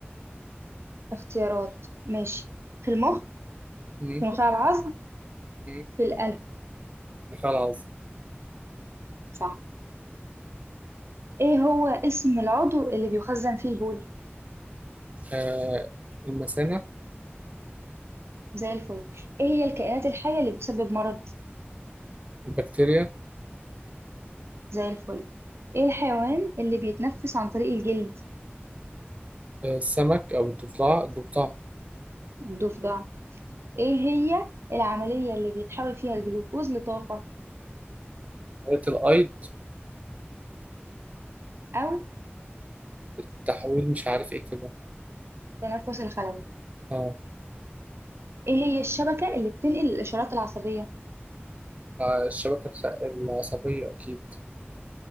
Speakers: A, on the right; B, on the right.
A: اختيارات ماشي في المخ
B: مم.
A: في نخاع العظم
B: مم.
A: في القلب
B: النخاع العظمي
A: صح ايه هو اسم العضو اللي بيخزن فيه البول
B: آه المثانة
A: زي الفل ايه هي الكائنات الحية اللي بتسبب مرض
B: البكتيريا
A: زي الفل ايه الحيوان اللي بيتنفس عن طريق الجلد
B: آه السمك أو الضفدع الضفدع
A: الضفدع ايه هي العملية اللي بيتحول فيها الجلوكوز لطاقة
B: مريض الأيض
A: او
B: التحويل مش عارف إيه كده
A: تنفس الخلوي
B: آه
A: ايه هي الشبكة اللي بتنقل الاشارات العصبية
B: آه، الشبكة الخ- العصبية أكيد